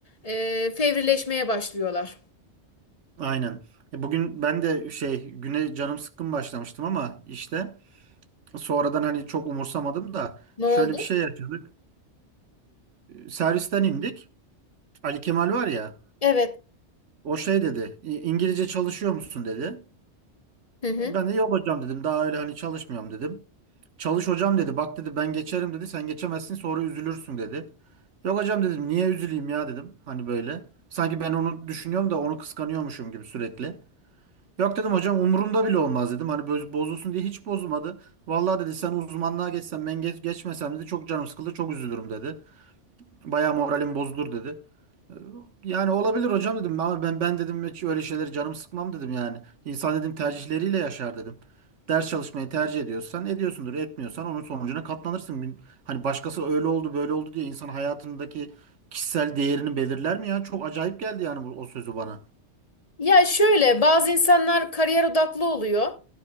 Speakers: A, on the left; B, on the right.
A: e, fevrileşmeye başlıyorlar.
B: Aynen. E, Bugün ben de şey güne canım sıkkın başlamıştım ama işte sonradan hani çok umursamadım da
A: Ne
B: şöyle
A: oldu?
B: bir şey yaşadık. E, servisten indik. Ali Kemal var ya.
A: Evet.
B: O şey dedi, "İ- İngilizce çalışıyor musun dedi.
A: Hı hı.
B: Ben de yok hocam dedim. Daha öyle hani çalışmıyorum dedim. Çalış hocam dedi. Bak dedi ben geçerim dedi. Sen geçemezsin sonra üzülürsün dedi. Yok hocam dedim. Niye üzüleyim ya dedim. Hani böyle. Sanki ben onu düşünüyorum da onu kıskanıyormuşum gibi sürekli. Yok dedim hocam umurumda bile olmaz dedim. Hani boz- bozulsun diye hiç bozulmadı. Vallahi dedi sen uzmanlığa geçsen ben geç, geçmesem dedi çok canım sıkıldı çok üzülürüm dedi. Bayağı moralim bozulur dedi. Yani olabilir hocam dedim ama ben ben dedim hiç öyle şeyleri canım sıkmam dedim yani. İnsan dedim tercihleriyle yaşar dedim. Ders çalışmayı tercih ediyorsan ediyorsundur, etmiyorsan onun sonucuna katlanırsın. Bin- Hani başkası öyle oldu böyle oldu diye insan hayatındaki kişisel değerini belirler mi ya? Çok acayip geldi yani bu, o sözü bana.
A: Ya şöyle bazı insanlar kariyer odaklı oluyor.